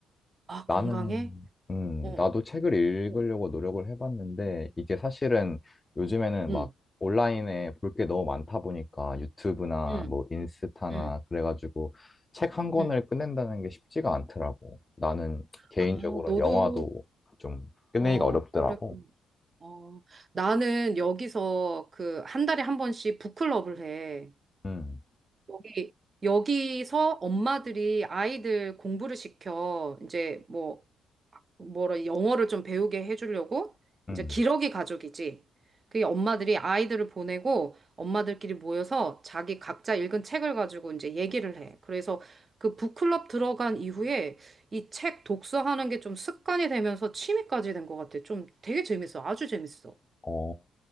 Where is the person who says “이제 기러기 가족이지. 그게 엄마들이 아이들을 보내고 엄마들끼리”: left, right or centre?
Right